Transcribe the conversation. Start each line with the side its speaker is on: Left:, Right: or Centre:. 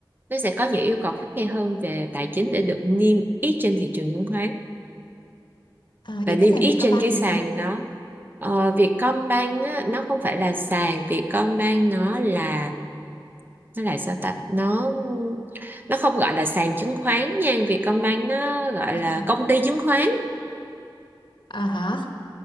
Right: nó sẽ có những yêu cầu khắt khe hơn về tài chính để được niêm yết trên thị trường chứng khoán
Left: À,
Right: và
Left: vậy
Right: niêm
Left: cái sàn
Right: yết
Left: Vietcombank
Right: trên cái sàn
Left: thì sao?
Right: đó ờ, Vietcombank á, nó không phải là sàn Vietcombank nó là nó là sao ta nó nó không gọi là sàn chứng khoán nha Vietcombank nó gọi
Left: À,
Right: là công ty chứng khoán
Left: à hả?